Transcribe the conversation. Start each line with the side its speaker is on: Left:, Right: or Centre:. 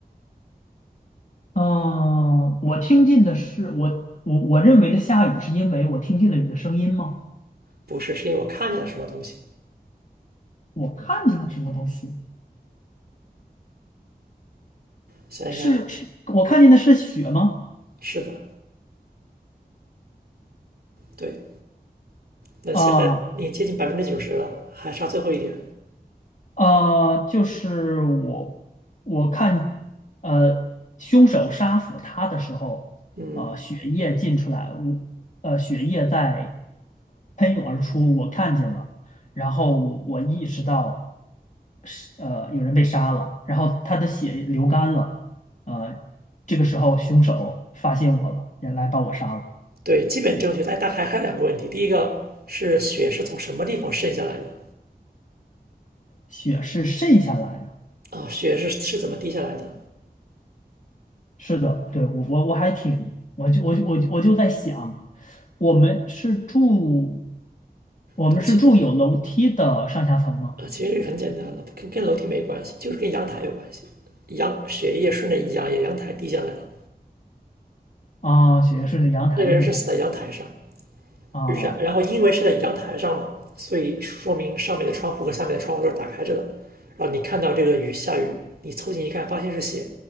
Left: 嗯、我听见的是我我我认为的下雨，是因为我听见了雨的声音吗？
Right: 不是，是因为我看见了什么东西。
Left: 我看见了什么东西？
Right: 想在看，
Left: 是是，我看见的是雪吗？
Right: 是的，对。那现在已经接近百分之九十了，
Left: 啊、
Right: 还差最后一点。
Left: 呃，就是我我看，呃，凶手杀死他的时候，
Right: 嗯，
Left: 呃，血液进出来，我呃，血液在喷涌而出，我看见了，然后我我意识到是呃有人被杀了，然后他的血流干了，呃，这个时候凶手发现我了，也来把我杀了，
Right: 对，基本正确，但但还还有两个问题。第一个是雪是从什么地方渗下来的？
Left: 血是渗下来的。
Right: 啊，雪是是怎么滴下来的？
Left: 是的，对，我我我还挺，我就我就我就我就在想，我们是住，我们是住有楼梯的上下层吗？
Right: 对，不起，呃其实这个很简单的，跟跟楼梯没关系，就是跟阳台有关系。阳血液顺着阳阳台滴下来了，
Left: 啊，雪是顺着阳台底下的
Right: 那个人是死在阳台上，
Left: 啊，
Right: 然然后因为是在阳台上嘛，所以说明上面的窗户和下面的窗户都是打开着的。然后你看到这个雨下雨，你凑近一看，发现是血，